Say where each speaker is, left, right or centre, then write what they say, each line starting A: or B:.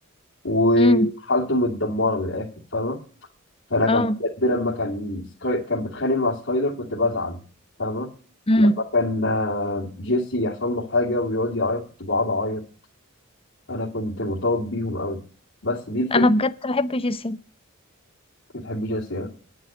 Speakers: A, on the left; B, on the left.
A: وحالته
B: امم
A: متدمره من الاخر فاهمه فانا كان
B: اه
A: بجد لما كان سكاي كان بيتخانق مع سكايلر كنت بزعل فاهمه
B: امم
A: لما كان آه، جيسي يحصل له حاجه ويقعد يعيط كنت بقعد اعيط انا كنت مرتبط بيهم قوي بس دي الفكره
B: انا بجد بحب جيسي
A: بتحب جيسي